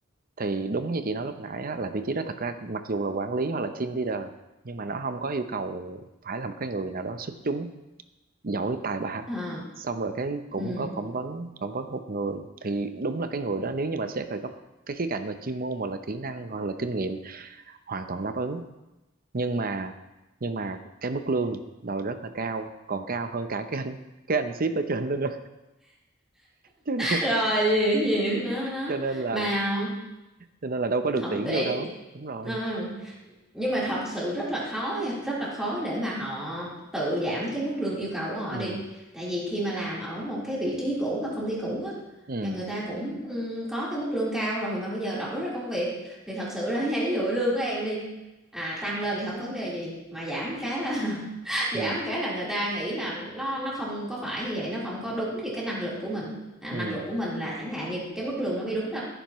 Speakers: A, on the right (about 45°); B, in the centre.
A: thì đúng như chị nói lúc nãy á, là vị trí đó thật ra mặc dù là quản lý hoặc là team leader nhưng mà nó không có yêu cầu phải là một cái người nào đó xuất chúng giỏi tài ba
B: à,
A: xong rồi cái cũng
B: ừ
A: có phỏng vấn phỏng vấn một người thì đúng là cái người đó nếu như mà xét về góc cái khía cạnh mà chuyên môn hoặc là kỹ năng hoặc là kinh nghiệm hoàn toàn đáp ứng nhưng mà nhưng mà cái mức lương đòi rất là cao còn cao hơn cả cái anh cái anh ship ở trên đó nữa <laughs>
B: rồi gì gì nó nó
A: cho nên, cho nên là
B: mà
A: cho nên là đâu có được
B: không
A: tuyển
B: tuyển
A: vô đâu đúng rồi
B: Ờ, nhưng mà thật sự rất là khó nha, rất là khó để mà họ tự giảm cái mức lương yêu cầu của họ
A: ừ
B: đi tại vì khi mà làm ở một cái vị trí cũ hoặc công ty cũ á
A: ừ
B: là người ta cũng ừ, có cái mức lương cao rồi mà bây giờ đổi ra công việc thì thật sự ra nha ví dụ lương của em đi à tăng lên thì không vấn đề gì mà giảm cái là <laughs> giảm
A: ừ
B: cái là người ta nghĩ là nó nó không có phải như vậy nó không có đúng như cái năng lực của mình à,
A: ừ
B: năng lực của mình là chẳng hạn như cái mức lương nó mới đúng đó